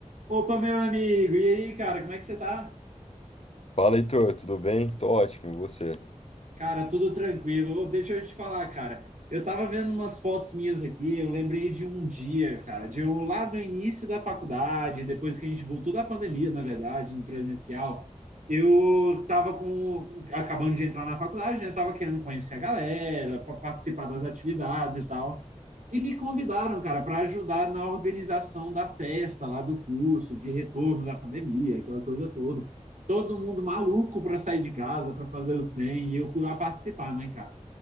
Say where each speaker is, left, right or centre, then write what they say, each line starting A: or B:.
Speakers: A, on the right (about 75°); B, on the left (about 55°).
A: Opa, meu amigo, e aí, cara, como é que você tá?
B: Fala, Heitor, tudo bem? Tô ótimo, e você?
A: Cara, tudo tranquilo. Ô, deixa eu te falar, cara. Eu tava vendo umas fotos minhas aqui, eu lembrei de um dia, cara, de um lá do início da faculdade, depois que a gente voltou da pandemia, na verdade, no presencial. Eu tava com, acabando de entrar na faculdade, né? tava querendo conhecer a galera, pa- participar das atividades e tal. E me convidaram, cara, para ajudar na organização da festa lá do curso, de retorno da pandemia, aquela coisa toda. Todo mundo maluco para sair de casa, para fazer o 100, e eu fui lá participar, né, cara?